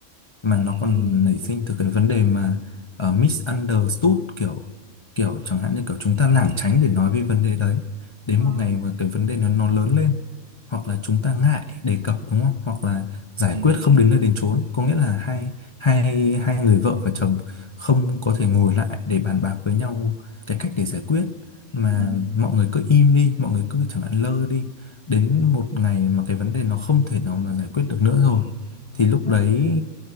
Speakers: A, on the left; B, on the right.
A: mà nó
B: ừ
A: còn nảy sinh từ cái vấn đề mà ờ, misunderstood kiểu kiểu chẳng hạn như kiểu chúng ta lảng tránh để nói về vấn đề đấy đến
B: ờ
A: một ngày mà cái vấn đề nó nó lớn lên hoặc là chúng ta ngại đề cập đúng không hoặc là giải
B: ừ
A: quyết không đến nơi đến chốn có nghĩa là hai hai hai người vợ và chồng không có thể ngồi lại để bàn bạc với nhau cái cách để giải quyết mà
B: ừ
A: mọi người cứ im đi mọi người cứ chẳng hạn lơ đi đến một ngày mà cái vấn đề nó không thể nào mà giải quyết được nữa rồi thì lúc
B: ừ
A: đấy